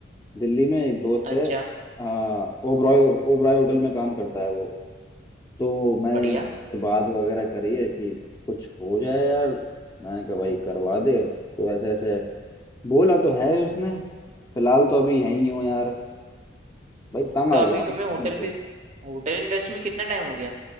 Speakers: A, on the left (about 20°); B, on the right (about 35°).
A: दिल्ली में एक दोस्त
B: अच्छा
A: है हाँ ओबराय ओबराय होटल में काम करता है वो तो मैंने
B: बढ़िया
A: इससे बात वगैरह करी है कि कुछ हो जाए यार मैंने कहा भाई करवा दे तो ऐसे ऐसे बोला तो है उसने फिलहाल तो अभी यहीं हूँ यार भाई तंग
B: तो
A: आ
B: अभी
A: गया
B: तुम्हें
A: हूँ बचपन
B: होटल भी
A: से
B: होटल इंडस्ट्री में कितना टाइम हो गया